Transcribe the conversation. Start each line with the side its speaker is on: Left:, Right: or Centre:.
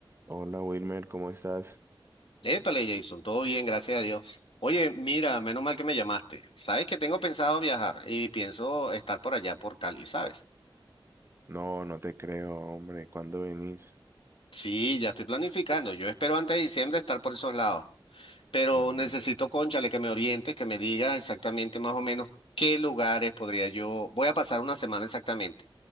Right: Hola Wilmer, ¿cómo estás?
Left: Épale, Jason, todo bien, gracias a Dios. Oye, mira, menos mal que me llamaste. Sabes que tengo pensado viajar y pienso estar por allá por Cali, ¿sabes?
Right: No, no te creo, hombre, ¿cuándo venís?
Left: Sí, ya estoy planificando. Yo espero antes de diciembre estar por esos lados. Pero
Right: Mm,
Left: necesito, cónchale, que me orientes, que me digas exactamente más o menos qué lugares podría yo. Voy a pasar una semana exactamente.